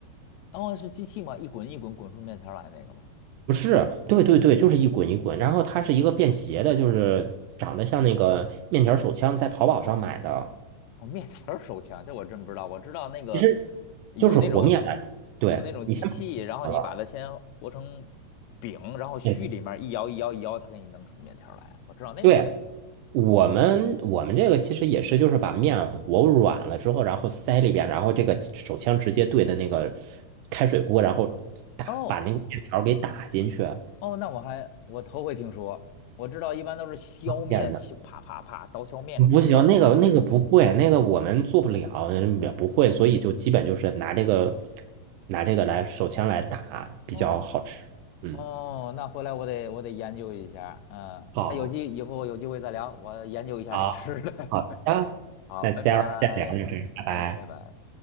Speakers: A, on the left (about 80°); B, on the right (about 80°).
A: 哦，是机器吗？一滚一滚滚出面条儿来那个吗？
B: 不是，对对对，就是一滚一滚，然后它是一个便携的，就是长得像那个面条手枪，在淘宝上买的，
A: 哦，面条儿手枪，这我真不知道。我知道那个
B: 其实就是和面来着对，
A: 有那种有那种机器，然后你把它先和成
B: 好了，
A: 饼，然后虚里面儿一摇一摇一摇，
B: 嗯，
A: 它给你弄出面条儿来啊。我知道那种。
B: 对，我们我们这个其实也是，就是把面和软了之后，然后塞里边，然后这个手枪直接对的那个开水锅，然后打把那个面条儿给打进去啊，
A: 哦哦，那我还我头回听说。我知道一般都是削面，
B: 这样的。
A: 削啪啪啪刀削面给它削到过来。
B: 不行，那个那个不会，那个我们做不了，也不会，所以就基本就是拿这个拿这个来手枪来打比较好吃。
A: 哦
B: 嗯，
A: 哦，那回来我得我得研究一下。嗯，
B: 好，
A: 那有机以后有机会再聊，我研究一下这个吃的。
B: 好，好的，
A: <laughs> 好，
B: 那今儿先聊到这儿，
A: 拜拜，
B: 拜拜。
A: 哎，拜拜。